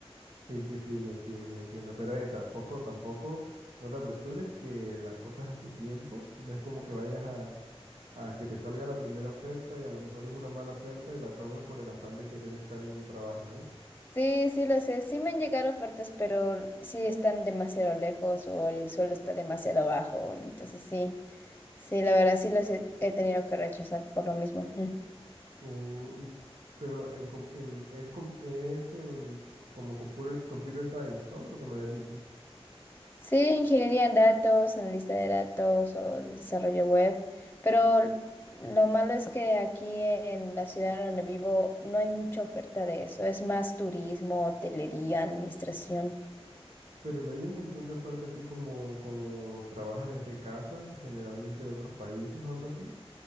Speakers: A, on the right; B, on the left.
A: Sí, sí, sí, lo entiendo, lo entiendo. Pero eh, tampoco, tampoco, no te apresures que las cosas a su tiempo. No es como que vayas a, a que te salga la primera oferta y a lo mejor es una mala oferta y la tomes por el afán de querer estar en un trabajo, ¿eh?
B: Sí, sí lo sé, sí me han llegado ofertas, pero sí están demasiado lejos o el suelo está demasiado bajo, entonces sí, sí, la verdad sí los he, he tenido que rechazar por lo mismo.
A: O- y, pero en, com- en- es, com- es en, como computer, computer science, ¿no? Lo que me habías dicho.
B: Sí, ingeniería en datos, analista de datos o desarrollo web, pero lo malo es que aquí en la ciudad donde vivo no hay mucha oferta de eso, es más turismo, hotelería, administración.
A: Pero no hay un montón de ofertas así como, como trabajas desde casa, generalmente de otros países o algo así.